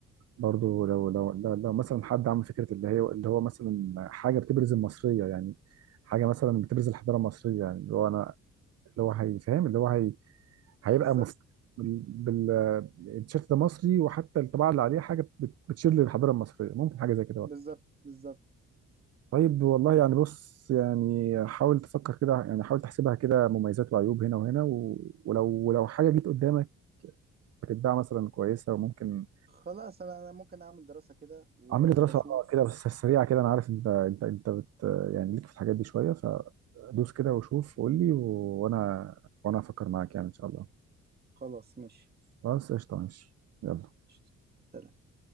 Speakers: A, on the right; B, on the right.
A: برضو لو لو لو, لو مثلا حد عمل فكره اللي هي اللي هو مثلا حاجه بتبرز المصريه يعني حاجه مثلا بتبرز الحضاره المصريه يعني اللي هو انا اللي هو هيفهم اللي هو هي هيبقى
B: بالظبط
A: مف... بال بال- التيشيرت ده مصري وحتى الطباعه اللي عليه حاجه بت- بتشير للحضاره المصريه ممكن حاجه زي كده
B: بالظبط بالظبط
A: طيب والله يعني بص يعني حاول تفكر كده يعني حاول تحسبها كده مميزات وعيوب هنا وهنا و... ولو ولو حاجه جيت قدامك بتتباع مثلا كويسه وممكن
B: خلاص انا انا ممكن اعمل دراسه كده و-
A: اعمل لي دراسه
B: واشوف
A: اه كده بس سريعه كده انا عارف انت انت انت بت يعني ليك في الحاجات دي شويه فدوس كده وشوف قول لي و... وانا وانا افكر معاك يعني ان شاء الله
B: خلاص ماشي
A: خلاص قشطه ماشي يلا
B: قشطة. سلام